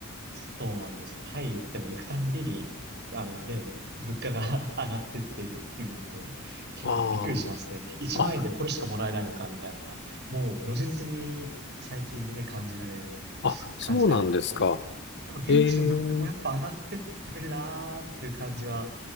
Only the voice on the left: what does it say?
あ
あ。あ、
あ、
そうなんですか。
ええ